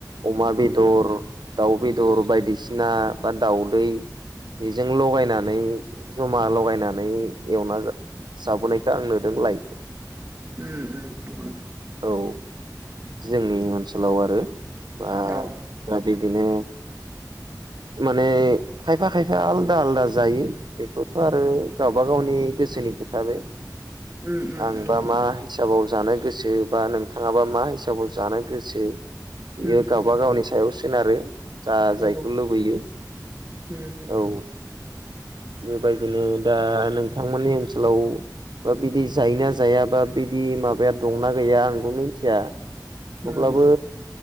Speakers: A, on the right; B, on the right.
A: अमा बेदर, दाउ बेदर बायदिसिना बा दाउदै बेजों लगायनानै जमा लगायनानै एवना जाबोनायखौ आं नुदों लाइखौ
B: उम उम नोंगौ नोंथां।
A: औ जोंनि अनसोलाव आरो बा
B: औ
A: दा बिदिनो माने खायफा-खायफा आलादा-आलादा जायो। बेखौथ' आरो गावबा गावनि गोसोनि खोथा बे
B: उम उम
A: आंबा मा हिसाबाव जानो गोसो बा नोंथाङाबा मा हिसाबाव जानो गोसो बियो
B: नंगौ उम उम
A: गावबा गावनि सायाव सोनारो। जा
B: नंगौ
A: जायखौ लुबैयो
B: उम
A: औ बेबायदिनो दा नोंथांमोननि ओनसोलाव बा बिदि जायोना जाया बा बिदि माबाया दंना गैया आंबो मिथिया।
B: उम
A: अब्लाबो